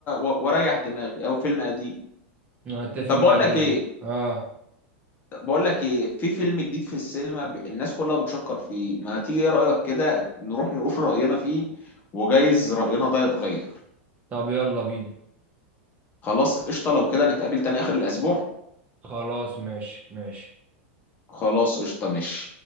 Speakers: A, on the left; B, on the right.
A: و- واريح دماغي او فيلم قديم
B: انا اتفق
A: طب
B: معاك
A: بقول لك
B: جدا
A: ايه
B: اه
A: بقول لك ايه في فيلم جديد في السينما ب... الناس كلها بتشكر فيه ما تيجي ايه رايك كده نروح نقول راينا فيه وجايز راينا ده يتغير
B: طب يلا بينا
A: خلاص قشطه لو كده نتقابل تاني اخر الاسبوع
B: خلاص ماشي ماشي
A: خلاص قشطه ماشي